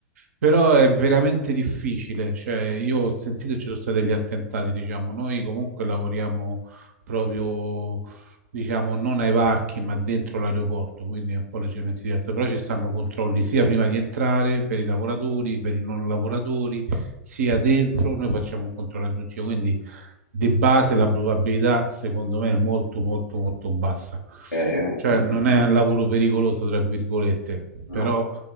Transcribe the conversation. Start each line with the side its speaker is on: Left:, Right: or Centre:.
Right: Però è veramente difficile. Cioè, io ho sentito che ci sono stati degli attentati, diciamo. Noi comunque lavoriamo proprio, diciamo, non ai varchi, ma dentro l'aeroporto, quindi è un po' leggermente diverso. Però ci stanno controlli sia prima di entrare per i lavoratori, per i non lavoratori sia dentro, noi facciamo un controllo aggiuntivo, quindi di base la probabilità secondo me è molto molto molto bassa.
Left: eh,
Right: Cioè
Left: non ho
Right: non
Left: capito,
Right: è un lavoro pericoloso, tra virgolette,
Left: non
Right: però